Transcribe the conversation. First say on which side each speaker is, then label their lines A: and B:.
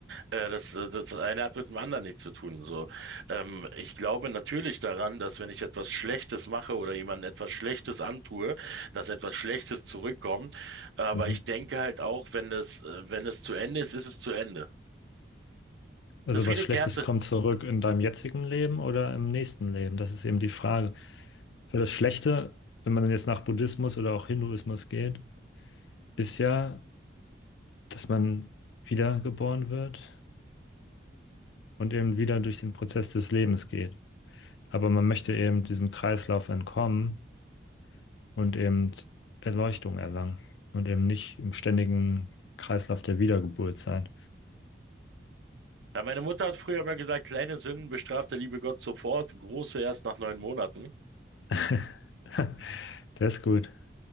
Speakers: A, on the right; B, on the left.
A: Äh, das, äh, das eine hat mit dem anderen nichts zu tun. So, ähm, ich glaube natürlich daran, dass wenn ich etwas Schlechtes mache oder jemandem etwas Schlechtes antue, dass etwas Schlechtes zurückkommt. Aber
B: Mhm.
A: ich denke halt auch, wenn es, äh, wenn es zu Ende ist, ist es zu Ende.
B: Also
A: Das ist
B: was
A: wie eine
B: Schlechtes
A: Kerze.
B: kommt zurück in deinem jetzigen Leben oder im nächsten Leben? Das ist eben die Frage. Für das Schlechte, wenn man jetzt nach Buddhismus oder auch Hinduismus geht, ist ja, dass man wiedergeboren wird und eben wieder durch den Prozess des Lebens geht. Aber man möchte eben diesem Kreislauf entkommen und eben Erleuchtung erlangen und eben nicht im ständigen Kreislauf der Wiedergeburt sein.
A: Ja, meine Mutter hat früher mal gesagt, kleine Sünden bestraft der liebe Gott sofort, große erst nach neun Monaten.
B: <laughs> Der ist gut.